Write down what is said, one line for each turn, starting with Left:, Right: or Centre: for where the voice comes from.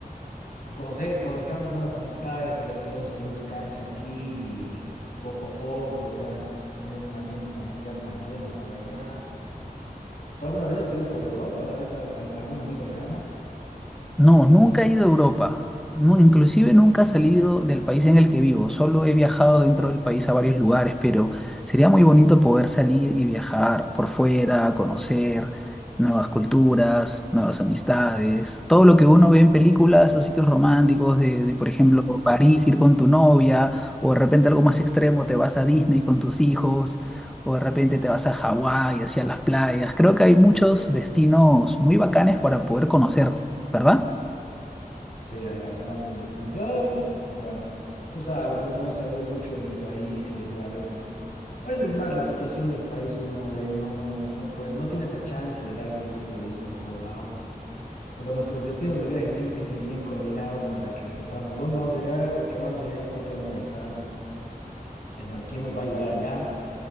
Left: Conocer, conozcamos nuevas amistades, tal vez podemos abrirnos cancha aquí y, y poco a poco ya tener un ambiente familiar también a por allá. ¿Tú alguna vez has ido por Europa? ¿Tal vez al- al- algún amigo lejano?
Centre: No, nunca he ido a Europa. No, inclusive nunca he salido del país en el que vivo. Solo he viajado dentro del país a varios lugares, pero sería muy bonito poder salir y viajar por fuera, conocer nuevas culturas, nuevas amistades, todo lo que uno ve en películas o sitios románticos de, de, por ejemplo, París, ir con tu novia, o de repente algo más extremo, te vas a Disney con tus hijos, o de repente te vas a Hawái, hacia las playas. Creo que hay muchos destinos muy bacanes para poder conocer, ¿verdad?
Left: Sí, hay bastantes destinos. Yo, bueno, tú sabes, no, no he salido mucho de mi país y es a veces, a veces más la situación del país, uno no de, no, no, no puede, no tiene esa chance de darse el lujo de ir por todo lado. O sea, nuestros destinos de viaje tienen que ser bien coordinados para que sepamos dónde vamos a llegar, a qué vamos a llegar, cuánto vamos a gastar. Es más, ¿quién nos va a ayudar allá?